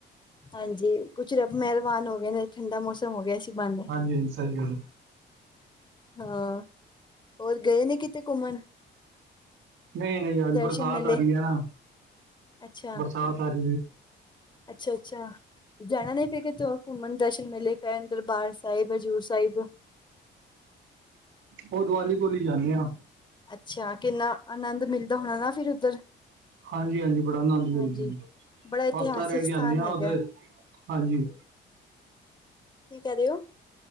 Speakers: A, on the left; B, on the right.
A: ਹਾਂਜੀ ਕੁਝ ਰੱਬ ਮਿਹਰਬਾਨ ਹੋ ਗਏ ਨੇ, ਠੰਡਾ ਮੌਸਮ ਹੋ ਗਿਆ, ਅਸੀਂ ਬਹਾਨੇ।
B: ਹਾਂਜੀ ਹਾਂਜੀ ਸਹੀ ਗੱਲ
A: ਹਾਂ ਹੋਰ ਗਏ ਸੀ ਕਿਤੇ ਘੁੰਮਣ?
B: ਨਹੀਂ-ਨਹੀਂ, ਅੱਜ
A: ਦਰਸ਼ਨ
B: ਬਰਸਾਤ
A: ਮੇਲੇ
B: ਆ ਰਹੀ ਏ ਨਾ,
A: ਅੱਛਾ,
B: ਬਰਸਾਤ। ਪਰ।
A: ਅੱਛਾ-ਅੱਛਾ। ਜਾਣਾ ਨਹੀਂ ਫੇਰ ਕਿਤੇ ਹੋਰ, ਘੁੰਮਣ ਦਰਸ਼ਨ ਮੇਲੇ ਕਰਨ, ਦਰਬਾਰ ਸਾਹਿਬ, ਹਜ਼ੂਰ ਸਾਹਿਬ।
B: ਉਹ ਦੀਵਾਲੀ ਕੋਲ ਹੀ ਜਾਂਦੇ ਆ।
A: ਅੱਛਾ ਕਿੰਨਾ ਅਨੰਦ ਮਿਲਦਾ ਹੋਣਾ ਨਾ ਫਿਰ ਉੱਧਰ।
B: ਹਾਂਜੀ-ਹਾਂਜੀ, ਬੜਾ ਆਨੰਦ
A: ਹਾਂਜੀ
B: ਮਿਲਦਾ ਜੀ,
A: ਬੜਾ ਇਤਿਹਾਸਿਕ
B: ਵਖਤਾਂ ਰਹਿ
A: ਸਥਾਨ
B: ਕੇ ਆਉਂਦੇ ਹਾਂ
A: ਹੈਗਾ
B: ਉੱਧਰ, ਹਾਂਜੀ।
A: ਕੀ ਕਹਿ ਰਹੇ ਹੋ?